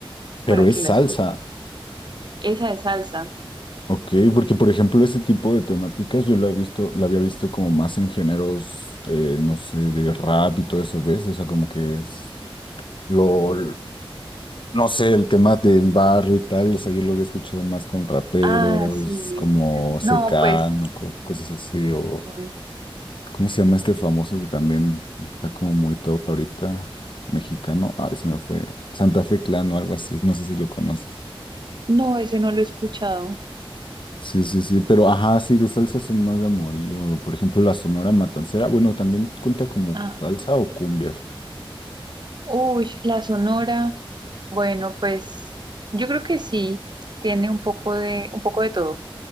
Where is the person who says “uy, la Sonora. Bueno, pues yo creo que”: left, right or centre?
Right